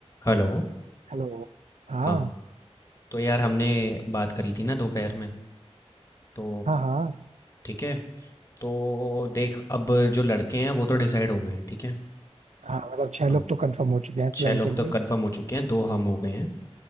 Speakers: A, on the left (about 25°); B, on the right (about 85°).
A: हेलो,
B: हेलो हाँ
A: हाँ, तो यार हमने बात करी थी ना दोपहर में, तो
B: हाँ हाँ
A: ठीक है, तो देख अब जो लड़के हैं वो तो डिसाइड हो गए हैं, ठीक है,
B: हाँ मतलब छह
A: हाँ,
B: लोग तो कंफर्म हो चुके हैं
A: छह
B: प्लान
A: लोग
B: के
A: तो
B: लिए
A: कंफर्म हो चुके हैं, दो हम हो गए हैं,